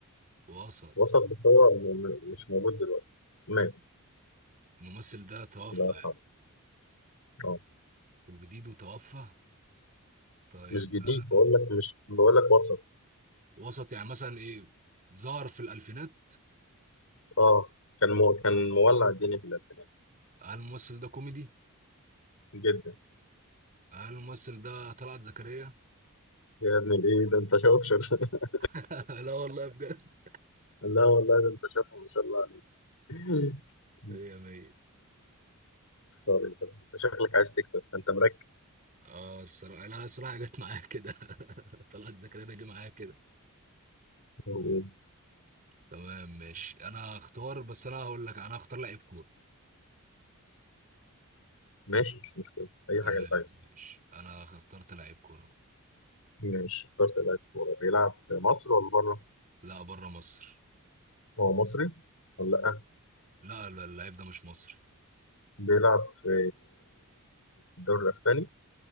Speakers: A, on the right (about 40°); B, on the left (about 65°).
A: وسط
B: وسط بس هو م- م- مش موجود دلوقتي مات
A: الممثل ده توفى
B: الله يرحمه
A: يعني،
B: اه
A: وجديد وتوفى طيب
B: مش جديد
A: آه،
B: بقول لك مش بقول لك وسط
A: وسط يعني مثلا ايه ظهر في الألفينات
B: اه كان مو... كان مولع الدنيا في الألفينات
A: هل الممثل ده كوميدي؟
B: جدا
A: هل الممثل ده طلعت زكريا؟
B: يا ابن الايه ده انت شاطر <laughs>
A: <laughs> لا والله بجد
B: لا والله ده انت شاطر ما شاء الله عليك <laughs>
A: مية مية
B: طار انت أنت شكلك عايز تكتب انت مركز
A: اه الصراحة لا الصراحة جت معايا كده <laughs> طلعت زكريا ده جه معايا كده
B: <laughs>
A: تمام ماشي انا هختار بس انا هقول لك انا هختار لعيب كورة
B: ماشي مش مشكلة أي
A: تمام
B: حاجة أنت عايزها
A: ماشي انا اخترت لعيب كوره أهو.
B: ماشي اخترت لاعب كورة بيلعب في مصر ولا بره؟
A: لا بره مصر
B: هو مصري ولا لأ؟
A: لا لا لا، اللعيب ده مش مصري
B: بيلعب في الدوري الأسباني